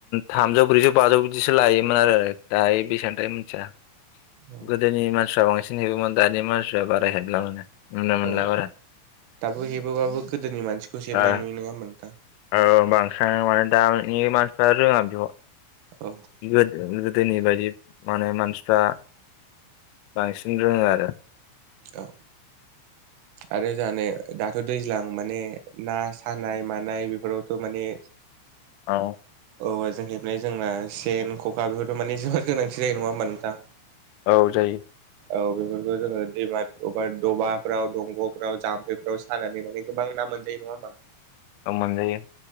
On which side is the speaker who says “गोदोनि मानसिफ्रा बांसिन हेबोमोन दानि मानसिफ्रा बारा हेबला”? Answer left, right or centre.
Left